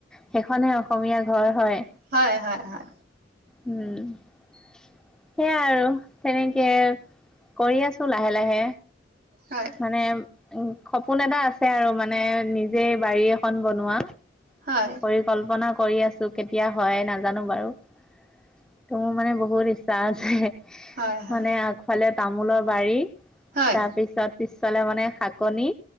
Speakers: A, in the centre; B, on the right.
A: সেইখনহে অসমীয়া ঘৰ হয়।
B: হয় হয় হয়।
A: উম, সেইয়াই আৰু তেনেকে কৰি আছোঁ লাহে লাহে।
B: হয়
A: মানে উম, সপোন এটা আছে আৰু মানে নিজে বাৰী এখন বনোৱা।
B: হয়
A: পৰিকল্পনা কৰি আছো কেতিয়া হয় নাজানো বাৰু। ত মোৰ মানে বহুত ইচ্ছা আছে
B: হয় হয়
A: মানে আগফালে তামোলৰ বাৰী,
B: হয়
A: তাৰপিছত পিছফালে মানে শাকনি।